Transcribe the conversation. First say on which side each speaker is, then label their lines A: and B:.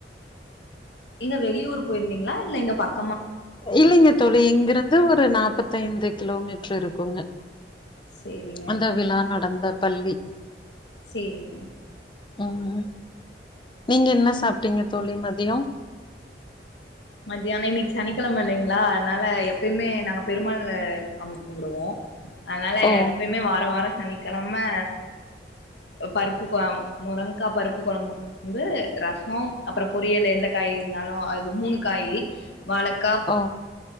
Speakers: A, on the left (about 80°); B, on the left (about 25°).
A: இங்க வெளியூர் போயிர்ந்தீங்ளா இல்ல இங்க பக்
B: இல்லெங்க தோழி இங்கிருந் து ஒரு நாப்பத்தைந்து கிலோமீட்ரு இருக்குங்க
A: சரிங்க
B: அந்த விழா நடந் த பள்ளி
A: செரிங்க
B: ஆமா. நீங்கென்ன சாப்பிட்டீங்க தோழி? ம எயு
A: மத்யான இன்னெக்கு சனிக்கிழமை இல்லைங்ளா, அனால எப்பய்மே நாங்க பெருமாள் அ சாமி கும்டுவோ. அனால
B: ஓ
A: எப்பய்மே வார வாரோ சனிக்கலம் ம்ம பருப்பு கொழம் முரங்காய் பருப்பு குழம்பு ரசோம் அப்பறோ பொரியலு, எந்த காய் இருந்தாலு அது மூணு காயி வாழக்கா
B: ஓ